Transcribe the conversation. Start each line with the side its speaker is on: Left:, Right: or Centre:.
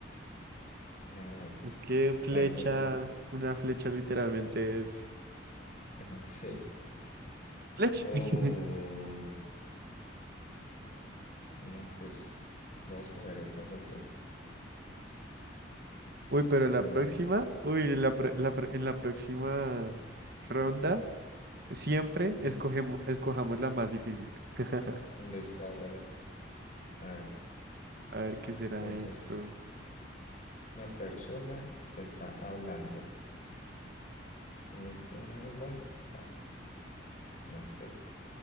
Left: A ver,
Right: Es que flecha,
Left: ahí voy yo. <laughs>
Right: una flecha literalmente es
Left: Ajá, Sí.
Right: flecha.
Left: Oh,
Right: <laughs>
Left: no, pues voy a escoger esta porque,
Right: Uy, pero en
Left: a
Right: la próxima,
Left: ver,
Right: uy, en la, pro- la pro- en la próxima ronda, siempre
Left: ujú,
Right: escogemos, escojamos la más difícil. <laughs>
Left: Listo, hágale, hágale.
Right: A ver qué será
Left: Entonces,
Right: esto.
Left: una persona que está hablando y este habla, tal, no sé,